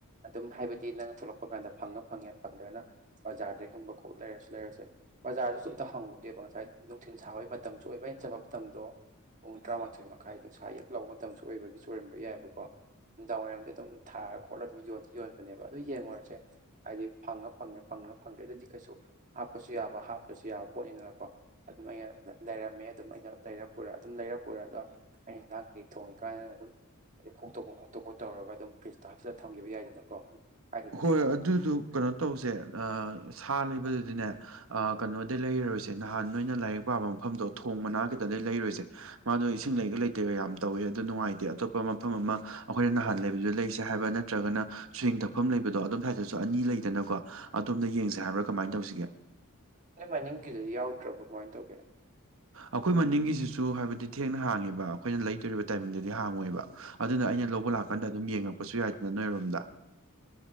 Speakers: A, on the right (about 35°); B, on the right (about 60°).
A: ꯑꯗꯨꯝ ꯍꯥꯏꯕꯗꯤ ꯅꯪꯅ ꯊꯣꯛꯂꯛꯄ ꯀꯥꯟꯗ ꯐꯪꯉ ꯐꯪꯉꯦ ꯐꯪꯗ꯭ꯔꯅ ꯕꯖꯥꯔꯗꯩꯒꯨꯝꯕ ꯀꯣꯛ ꯂꯩꯔꯁꯨ ꯂꯩꯔꯁ ꯕꯖꯥꯔꯁꯨ ꯑꯝꯇ ꯍꯪꯉꯨꯒꯦꯕ ꯉꯁꯥꯏ ꯅꯨꯡꯊꯤꯜ ꯁꯥꯕꯒꯤ ꯃꯇꯝꯁꯨ ꯑꯣꯏꯕ ꯍꯩꯅ ꯆꯠꯕ ꯃꯇꯝꯗꯣ ꯄꯨꯡ ꯇꯔꯥꯃꯥꯊꯣꯏ ꯃꯈꯥꯏ ꯅꯨꯡꯁꯥ ꯌꯦꯛ ꯂꯧꯕ ꯃꯇꯝꯁꯨ ꯑꯣꯏꯕꯒꯤ ꯆꯣꯏꯔꯝꯕ ꯌꯥꯏꯑꯕꯀꯣ ꯅꯨꯡꯗꯥꯡ ꯋꯥꯏꯔꯝꯗꯤ ꯑꯗꯨꯝ ꯊꯥꯔ ꯈꯣꯠꯂ ꯑꯗꯨꯝ ꯌꯣꯟꯗꯤ ꯌꯣꯟꯕꯅꯦꯕ ꯑꯗꯨ ꯌꯦꯡꯂꯡꯉꯨꯔꯁꯦ ꯍꯥꯏꯗꯤ ꯐꯪꯉ ꯐꯪꯉꯦ ꯐꯪꯉ ꯐꯪꯗ꯭ꯔꯦꯗꯗꯤ ꯀꯩꯁꯨ ꯍꯥꯞꯄꯁꯨ ꯌꯥꯕ ꯍꯥꯞꯇ꯭ꯔꯁꯨ ꯌꯥꯕ ꯄꯣꯠꯅꯤꯗꯅꯀꯣ ꯑꯗꯨꯝ ꯑꯩꯅ ꯂꯩꯔꯝꯃꯦ ꯑꯗꯨꯝ ꯑꯩꯅ ꯂꯩꯔ ꯄꯨꯔ ꯑꯗꯨꯝ ꯂꯩꯔ ꯄꯨꯔꯒ ꯑꯩꯅ ꯏꯟꯥꯡꯈꯩ ꯊꯣꯡꯉꯤ ꯀꯥꯟꯗ ꯑꯗꯨꯝ ꯑꯗꯩ ꯈꯣꯛꯇꯣꯛꯄ ꯈꯣꯇꯣꯛꯄ ꯇꯧꯔꯒ ꯑꯗꯨꯝ ꯐ꯭ꯔꯤꯖꯇ ꯍꯥꯆꯤꯜꯂ ꯊꯈꯤꯕ ꯌꯥꯏꯗꯅꯀꯣ ꯀꯥꯏꯗꯦꯗꯅꯀꯣ
B: ꯍꯣꯏ ꯑꯗꯨꯗꯨ ꯀꯩꯅꯣ ꯇꯧꯁꯦ ꯊꯥ ꯂꯩꯕꯗꯨꯗꯤꯅꯦ ꯀꯩꯅꯣꯗꯩ ꯂꯩꯔꯔꯣꯏꯁꯦ ꯅꯍꯥꯟ ꯅꯣꯏꯅ ꯂꯥꯏꯔꯤꯛ ꯄꯥꯕ ꯃꯐꯝꯗꯣ ꯊꯣꯡ ꯃꯅꯥ ꯈꯤꯇꯗ ꯂꯩꯔꯣꯏꯁꯦ ꯃꯥꯗꯣ ꯏꯁꯤꯡ ꯂꯩꯒ ꯂꯩꯇꯦꯒ ꯌꯥꯝ ꯇꯧꯋꯦ ꯑꯗꯨ ꯅꯨꯡꯉꯥꯏꯇꯦ ꯑꯇꯣꯞꯄ ꯃꯐꯝ ꯑꯃ ꯑꯩꯈꯣꯏꯅ ꯅꯍꯥꯟ ꯂꯩꯕ ꯗ ꯂꯩꯁꯦ ꯍꯥꯏꯕ ꯅꯠꯇ꯭ꯔꯒꯅ ꯁ꯭ꯋꯤꯡ ꯇꯧ ꯃꯐꯝ ꯂꯩꯕꯗꯣ ꯑꯗꯣꯝ ꯁꯥꯏꯏꯗꯠꯇꯁꯨ ꯑꯅꯤ ꯂꯩꯗꯅꯀꯣ ꯑꯗꯣꯝꯗ ꯌꯦꯡꯁꯦ ꯍꯥꯏꯕ꯭ꯔꯥ ꯀꯃꯥꯏꯅ ꯇꯧꯁꯤꯒꯦ
A: ꯅꯣꯏ ꯃꯅꯤꯡꯒꯤꯗꯨꯗꯤ ꯌꯥꯎꯗ꯭ꯔꯕ ꯀꯃꯥꯏꯅ ꯇꯧꯒꯦ
B: ꯑꯩꯈꯣꯏ ꯃꯅꯤꯡꯒꯤꯁꯤꯁꯨ ꯍꯥꯏꯕꯗꯤ ꯊꯦꯡꯅ ꯍꯥꯡꯉꯦꯕ ꯑꯩꯈꯣꯏꯅ ꯂꯩꯇꯣꯔꯤꯕ ꯇꯥꯏꯃꯤꯡꯗꯗꯤ ꯍꯥꯡꯉꯣꯏꯕ ꯑꯗꯨꯅ ꯑꯩꯅ ꯂꯧꯕ ꯂꯥꯛꯀꯥꯟꯗ ꯑꯗꯨꯝ ꯌꯦꯡꯉꯛꯄꯁꯨ ꯌꯥꯏꯗꯅ ꯅꯣꯏꯔꯣꯝꯗ